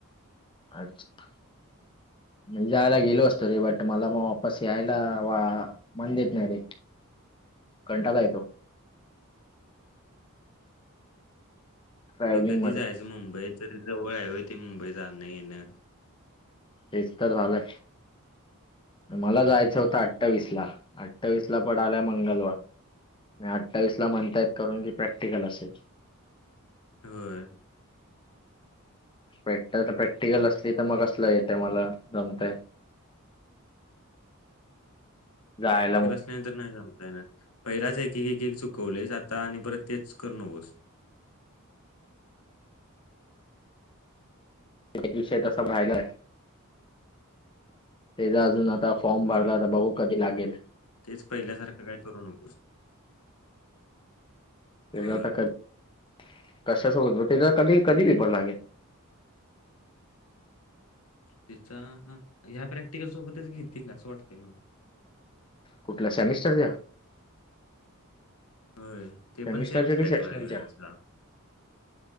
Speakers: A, on the left; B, on the left.
A: अच्छा. म जायला गेलो असतो रे. बट मला म वापस यायला वा मन देत नायरे. कंटाला येतो. ट्रॅव्हलिंग
B: ते कधी
A: मध्ये
B: जायचं मुंबईच. ते जवळ आहे व्हय ते मुंबई जाणं येणं.
A: हेच तर झालंय.
B: होय
A: मला जायचं होतं अठ अठ्ठावीस ला. अठ्ठावीस ला पडालाय मंगलवार. अठ्ठावीस ला म्हणतायेत. करून की प्रॅक्टिकल असेल‌.
B: होय.
A: पॅक्ट तर प्रॅक्टिकल असली तर मग कसलं येतय. मला जमतंय. जायला
B: प्रॅक्टिकल अस नाही तर नाही जमता येनार. पहिलाच एक एक एक चुकवलेयस. आता आणि परत तेच करू नकोस.
A: एक विषय तसा राहिलाय. तेचा अजून आता फॉर्म
B: होय
A: भरला आता बघू कधी लागेल.
B: तेच पहिल्यासारखं काय करू नकोस.
A: तेच
B: होय
A: आता कधी, कशा सोबत तेचा कधी कधी रिपोर्ट लागेल.
B: तिचा, ह्या प्रॅक्टिकल सोबतच घेतील असं वाटते मला.
A: कुठल्या सेमिस्टरच्या.
B: होय ते
A: सेमिस्टरच्या
B: पण सेमच
A: कि
B: <unintelligible>
A: सेशनलच्या